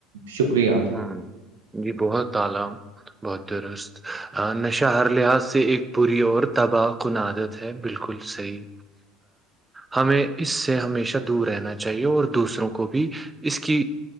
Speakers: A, on the right; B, on the right.
A: شکریہ آپ کا۔
B: ہ جی بہت تالم بہت درست ہ نشہ ہر لحاظ سے ایک بری اور تباہ کن عادت ہے بالکل صحیح ہمیں اس سے ہمیشہ دور رہنا چاہیے اور دوسروں کو بھی اس کی